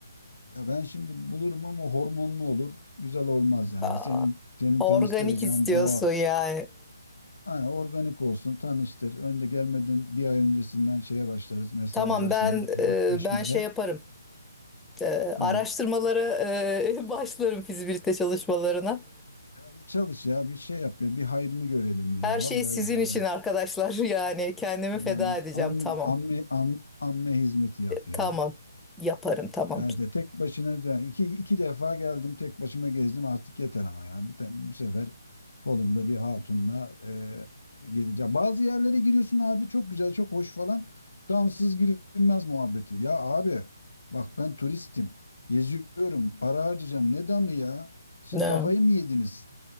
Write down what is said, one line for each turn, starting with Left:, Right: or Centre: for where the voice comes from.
Left: Ya ben şimdi bulurum ama hormonlu olur. Güzel olmaz
Centre: <laughs>
Left: yani.
Centre: Aa,
Left: Senin senin
Centre: organik
Left: tanıştıracağın
Centre: istiyorsun
Left: doğal,
Centre: yani.
Left: Hani organik olsun, tanıştır. Önde gelmeden bir ay öncesinden şeye başlarız mesajlaşmaya,
Centre: Tamam ben
Left: flörtleşmeye.
Centre: e, ben şey yaparım. E,
Left: Ha,
Centre: araştırmalara e, <laughs> başlarım fizibilite çalışmalarına.
Left: Ya bir çalış ya bir şey yap ya bir hayrını görelim ya
Centre: Her şey
Left: vallahi
Centre: sizin
Left: billahi.
Centre: için arkadaşlar. <laughs> Yani kendimi
Left: Yani
Centre: feda edeceğim.
Left: am,
Centre: Tamam.
Left: amme, am, amme hizmeti yap ya.
Centre: Tamam. Yaparım tamam.
Left: Evet evet, tek başına da iki, iki defa geldim tek başıma gezdim artık yeter ama ya bir te- bu sefer kolumda bir hatunla e, gireceğim. Bazı yerlere giriyorsun abi çok güzel çok hoş falan damsız girilmez muhabbeti. Ya abi bak ben turistim geziyorum para harcayacağım ne damı ya siz
Centre: Ne?
Left: kafayı mı yediniz